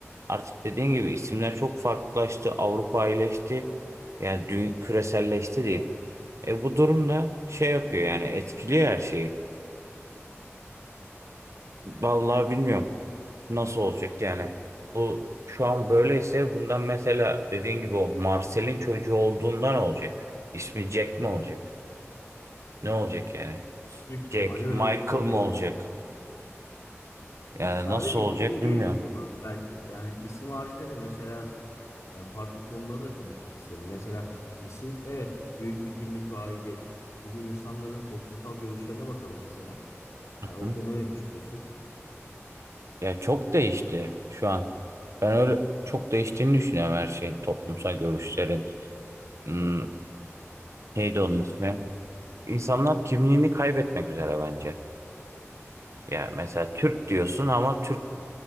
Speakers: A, on the right; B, on the left.
A: Artık dediğin gibi isimler çok farklılaştı. Avrupa iyileşti. Yani dü- küreselleşti diyeyim. E bu durumda şey yapıyor yani etkiliyor her şeyi. Vallahi bilmiyorum. Nasıl olacak yani? Bu şu an böyleyse bundan mesela dediğin gibi o Marcel'in çocuğu olduğundan olacak? İsmi Jack mi olacak? Ne olacak yani?
B: Büyük ihtimalle
A: Jack
B: öyle
A: Michael
B: bir şey olacak
A: mı olacak?
B: yani.
A: Yani
B: Sadece
A: nasıl olacak
B: isimle
A: bilmiyorum.
B: değil ki konu belki. Yani isim haricinde de mesela e, farklı konuları da konuşmak isterim. Mesela isim evet büyük bir kimlik ve aidiyet. Bir de insanların toplumsal görüşlerine bakalım mesela. Hani o
A: Hı?
B: konuda ne düşünüyorsun?
A: Ya çok değişti şu an. Ben öyle çok değiştiğini düşünüyorum her şeyin, toplumsal görüşlerin. Hmm, neydi onun ismi? İnsanlar kimliğini kaybetmek üzere bence. Ya mesela Türk diyorsun ama Türk